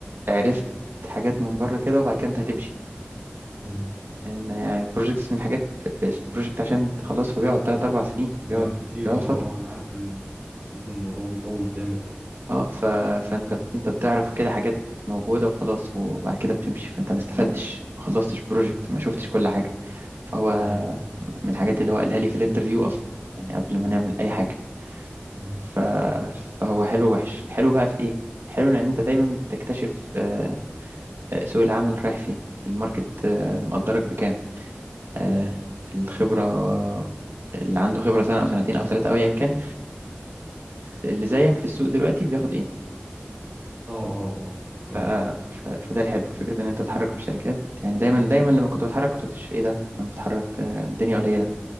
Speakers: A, on the right; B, on the right.
A: عرفت حاجات من بره كده وبعد كده انت هتمشي
B: امم
A: ان البروجكتس من الحاجات البروجكت عشان تخلصها بيقعد ثلاث اربع سنين
B: بيقعد
A: بيقعد
B: كتير
A: بيقعد
B: اه
A: فترة
B: اه انا عارف ان عندكم الموضوع بيطول جامد يعني
A: اه ف... فانت انت بتعرف كده حاجات موجودة وخلاص وبعد كده بتمشي فانت ما استفدتش ما خلصتش بروجكت
B: امم
A: ما شفتش كل حاجة فهو
B: ايوه
A: من الحاجات اللي هو قالها لي في الانترفيو اصلا يعني قبل ما نعمل اي حاجة
B: امم
A: ف... فهو حلو ووحش حلو بقى في ايه حلو ان انت دايما بتكتشف آه، آه، سوق العمل رايح فين الماركت آه، مقدرك بكام
B: امم
A: آه، الخبرة اللي عنده خبرة سنة او سنتين او ثلاثة او ايا كان اللي زيك في السوق دلوقتي بياخد ايه
B: اه اه اه
A: ف...
B: فهمت
A: ف... فده الحلو فكرة إن أنت تتحرك بالشركات يعني دايما دايما لما كنت بتحرك كنت بكتشف إيه ده أنا بتحرك آه، الدنيا قليلة